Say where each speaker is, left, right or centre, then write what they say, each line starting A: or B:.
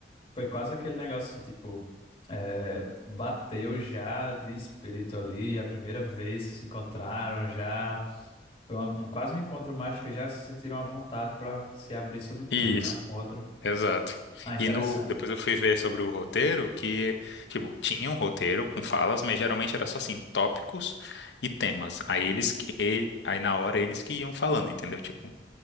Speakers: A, on the left (about 30°); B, on the left (about 85°).
A: foi quase aquele negócio que, tipo, é, bateu já de espírito ali, a primeira vez que se encontraram, já foi uma- um, quase um encontro mágico que já se sentiram à vontade para se abrir sobre tudo,
B: Isso.
A: né? Um com o outro.
B: Exato.
A: Ah, interessante.
B: E no, depois eu fui ver sobre o roteiro que, tipo, tinha um roteiro com falas, mas geralmente era só assim, tópicos e temas. Aí eles que, e- aí na hora eles que iam falando, entendeu? Tipo,